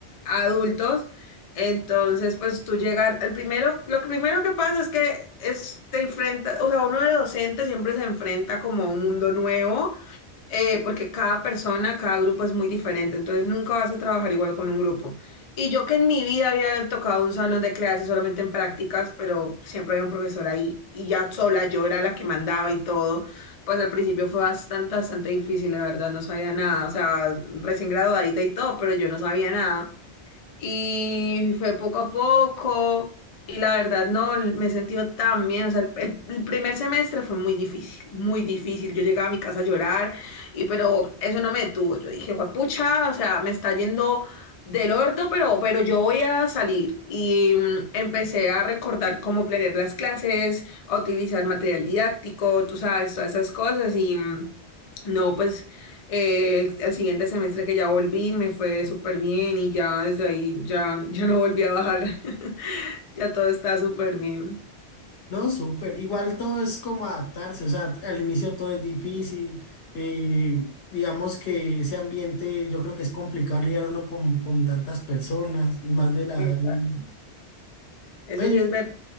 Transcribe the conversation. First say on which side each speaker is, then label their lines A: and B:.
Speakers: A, on the left (about 50°); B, on the left (about 65°).
A: adultos, entonces pues tú llegar, al primero, lo primero que pasa es que es, te enfrentas, o sea, uno de docente siempre se enfrenta como a un mundo nuevo eh, porque cada persona, cada grupo es muy diferente, entonces nunca vas a trabajar igual con un grupo. Y yo que en mi vida había tocado un salón de clases solamente en prácticas, pero siempre había un profesor ahí y ya sola yo era la que mandaba y todo, pues al principio fue bastante, bastante difícil, la verdad, no sabía nada, o sea, recién graduadita y todo, pero yo no sabía nada y fue poco a poco y la verdad no, me he sentido tan bien, o sea, el, el- el primer semestre fue muy difícil, muy difícil, yo llegaba a mi casa a llorar y pero eso no me detuvo, yo dije, pucha, o sea, me está yendo del orto, pero, pero yo voy a salir y mm, empecé a recordar cómo planear las clases, a utilizar material didáctico, tú sabes, todas esas cosas y mm, no, pues eh, el, el siguiente semestre que ya volví me fue súper bien y ya desde ahí ya, ya no volví a bajar. <laughs> Ya todo está súper bien.
B: No, súper. Igual todo es como adaptarse, o sea, al inicio todo es difícil. eh, digamos que ese ambiente, yo creo que es complicado lidiar uno con, con tantas personas y más de la edad
A: Exacto.
B: de uno.
A: Eso
B: Ve, y-
A: sí es verdad.